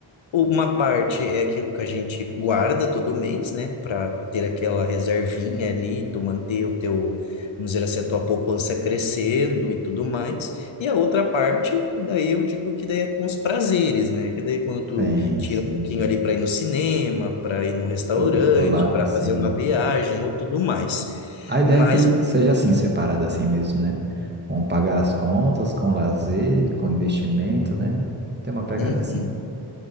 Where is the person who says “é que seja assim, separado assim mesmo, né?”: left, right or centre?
Right